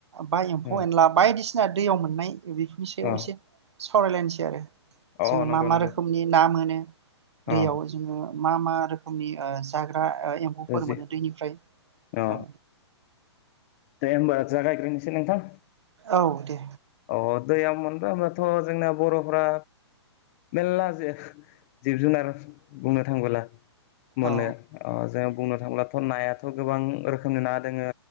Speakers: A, on the right; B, on the left.
A: बा एम्फौ
B: अ
A: एनला बायदिस जोंहा दैयाव मोननाय। बेफोरनि सायाव
B: अ
A: एसे सावरायलायनोसै आरो
B: अ
A: जोङो
B: नंगौ
A: मा मा
B: नंगौ
A: रोखोमनि ना मोनो। दैयाव
B: अ
A: जोङो। मा मा रोखोमनि ओ जाग्रा ओ एम्फौफोर
B: जि
A: मोनो दैनिफ्राय
B: अ
A: ओ।
B: दे होमबा। जागायग्रोनोसै नोंथां
A: औ दे
B: अ दैयाव मोनबा बाथ' जोंना बर'फ्रा मेरला जे जिब जुनार बुंनो थांबोला। मोनो
A: औ
B: अ जों। बुंनो थांब्लाथ' नायाथ' गोबां रोखोमनि ना दोङो।